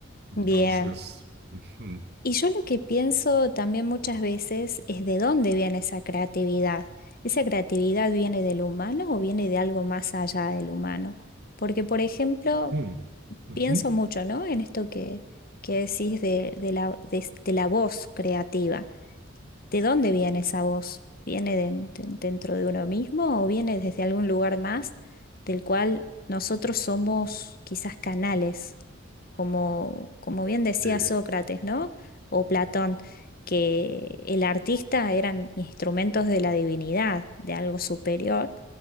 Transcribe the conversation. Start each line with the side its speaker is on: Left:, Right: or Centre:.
Right: Entonces,
Left: Bien.
Right: ujú,
Left: Y yo lo que pienso también muchas veces es de dónde viene esa creatividad. ¿Esa creatividad viene del humano o viene de algo más allá del humano? Porque, por ejemplo,
Right: ujú,
Left: pienso
Right: ujú,
Left: mucho, ¿no? En esto que, que decís de, de la, de- de la voz creativa. ¿De dónde viene esa voz? ¿Viene de- de- dentro de uno mismo o viene desde algún lugar más del cual nosotros somos quizás canales? Como, como bien decía
Right: sí.
Left: Sócrates, ¿no? O Platón, que el artista eran instrumentos de la divinidad, de algo superior,